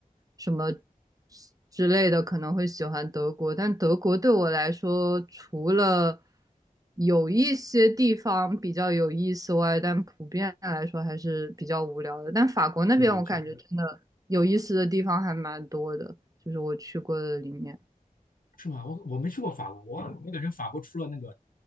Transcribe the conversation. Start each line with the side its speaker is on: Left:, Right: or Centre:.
Right: 什么之类的，可能会喜欢德国。但德国对我来说，除了有一些地方比较有意思外，但普遍来说还是比较无聊的。但法国那边，
Left: 对对，
Right: 我感觉真的有意思的地方还蛮多的，
Left: 确实
Right: 就是我去过的里面。
Left: 是吗？我我没去过法国，我我感觉法国除了那个